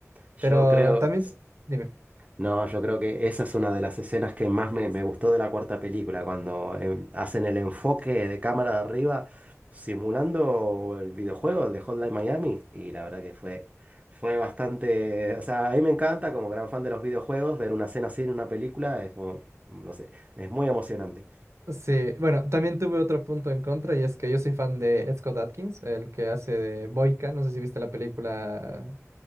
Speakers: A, on the right; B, on the right.
A: Yo
B: Pero
A: creo.
B: también, dime.
A: No, yo creo que esa es una de las escenas que más me, me gustó de la cuarta película, cuando em, hacen el enfoque de cámara de arriba simulando el videojuego, el de Hotline Miami, y la verdad que fue, fue bastante, o sea, a mí me encanta como gran fan de los videojuegos ver una escena así en una película, es como, no sé, es muy emocionante.
B: Sí, bueno, también tuve otro punto en contra y es que yo soy fan de Ed Scott Adkins, el que hace de Boyka. No sé si viste la película